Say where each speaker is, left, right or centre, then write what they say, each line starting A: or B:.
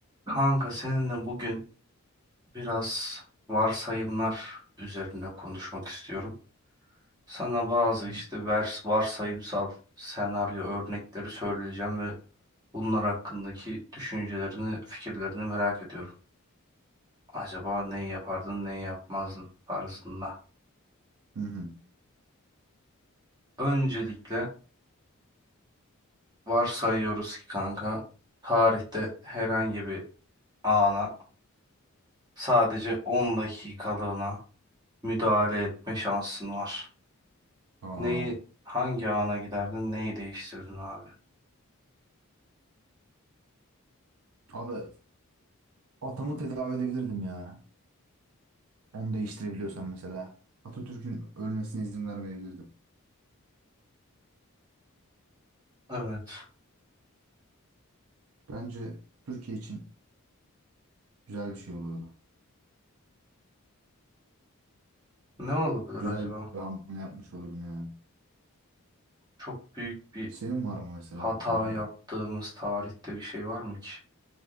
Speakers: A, on the right; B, on the right.
A: Kanka seninle bugün biraz varsayımlar üzerine konuşmak istiyorum. Sana bazı
B: Hı
A: işte vers varsayımsal senaryo örnekleri söyleyeceğim ve bunlar hakkındaki düşüncelerini, fikirlerini merak ediyorum. Acaba neyi yapardın, neyi yapmazdın tarzında.
B: hı.
A: Öncelikle varsayıyoruz ki kanka tarihte herhangi bir ana sadece 10 dakikalığına müdahale etme şansın var.
B: Aa.
A: Neyi hangi ana giderdin? Neyi değiştirdin abi?
B: Abi atamı tedavi edebilirdim ya. Onu değiştirebiliyorsam mesela. Atatürk'ün ölmesine izin vermeyebilirdim.
A: Evet.
B: Bence Türkiye için güzel bir şey olurdu.
A: Ne olabilir
B: Güzel
A: acaba?
B: bir hamle yapmış olurdun yani.
A: Çok büyük bir
B: Senin var mı mesela
A: hata
B: kafanda?
A: yaptığımız tarihte bir şey var mı ki?